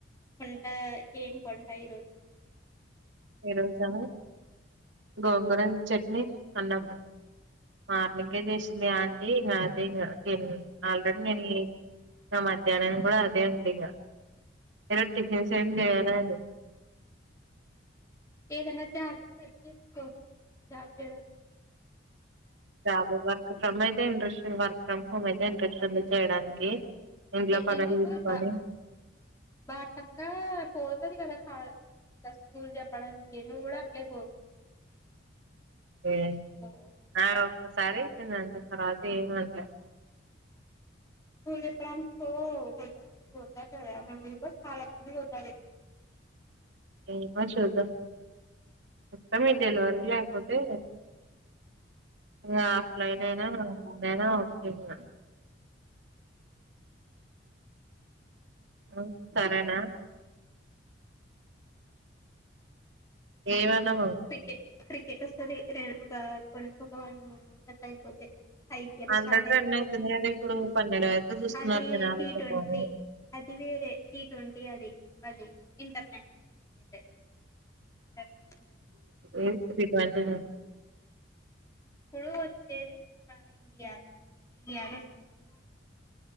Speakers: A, on the left (about 15°); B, on the right (about 70°).
A: కొంట ఏం కొంట ఈ రోజు
B: ఈ రోజా గోంగూర చట్నీ అన్నము మార్నింగే చేసింది ఆంటీ ఇంగ అదే ఇంగ తిన్ ఆల్రెడీ నేని ఇంగ మధ్యాహ్నం కూడా అదే ఉంది ఇంగ ఈ రోజ్ టిఫిన్స్ ఏం చేయరాదు
A: ఏదన్నా జార్జ్ సెర్చ్ చేసుకొ జాబ్ చేయడానికి
B: జాబు వర్క్ ఫ్రమ్ అయిత్ యితే ఇంట్రెస్టేడ్ వర్క్ ఫ్రమ్ హోమ్ అయితే ఇంట్రెస్ట్ ఉంది చేయడానికి ఇంట్లో
A: ఎ
B: పనులు
A: ఎందుకు
B: చూసుకొని
A: త్త భారతక్క పోతది కద కా ఇట్ల స్కూల్ చేప్పడానికి నువ్ కూడా అట్లే పో
B: ఎ
A: ఓ
B: ఆవ్ ప్రత్సారి చెయమంటద్ తరువాత ఏమాన్లే
A: స్కూల్ చెప్పడానికి పో కొంచం అలు ఇలు ఉంటారు గదా వాల్ మీతో స్మాలర్ నుండి చేప్తది
B: ఏమొ చూద్దాం కష్టమే డెలివరీలు అయిపోతే ఇగ ఆఫ్లైన్ అయినా ఆన్లైన్ అయిన ఓకే ఇగ ఉ సరేనా ఏవత్ లవొ
A: క్రికెట్ క్రికెట్ వస్తది రం ఒక కొ ఒక వన్ మంత్ తట్ అయిపోతే ఐపీఎల్
B: ఆల్రెడీ
A: స్టార్ట్ అయితది
B: రన్ అవుతుంది కదా ఇప్పుడు పన్నెండు వరకు చూస్తున్నారు
A: అది
B: జనాలు
A: టి
B: కొంతమంది
A: ట్వంటీ అది వేరే టి ట్వంటీ అది అది ఇంటర్నేషనల్ క్రికెట్ ఇర్
B: ఏంటిది ఆన్లైనా
A: ఇప్పుడు వచ్చేది మన ఇండియాని ఇండియానే వస్తది